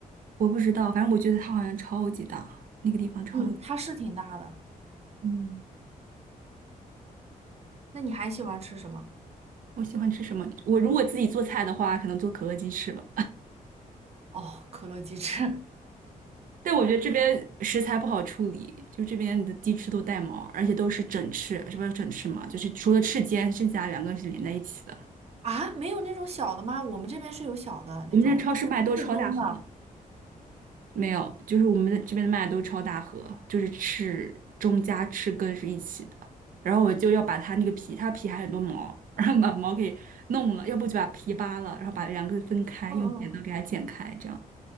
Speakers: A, on the right (about 70°); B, on the right (about 45°).
A: 我不知道，反正我觉得它好像超级大，那个地方超级。
B: 嗯，它是挺大的。
A: 嗯，
B: 那你还喜欢吃什么？
A: 我喜欢吃什么？我如果自己做菜的话，可能做可乐鸡翅吧。
B: 哦，可乐鸡翅
A: <laughs> 但我觉得这边食材不好处理，就这边的鸡翅都带毛，而且都是整翅，是不是整翅嘛？就是除了翅尖，剩下两个是连在一起的。
B: <laughs> 啊，没有那种小的吗？我们这边是有小的那种，
A: 我们这超市卖都是超大盒，
B: 就适中的。
A: 没有，就是我们这边的麦都是超大盒，就是翅中加翅根是一起的。然后我就要把它那个皮，它皮还很多毛，然后把毛给弄了，要不就把皮扒了，然后把两个分开，
B: 嗯嗯嗯，
A: 用剪刀给它剪开，这样，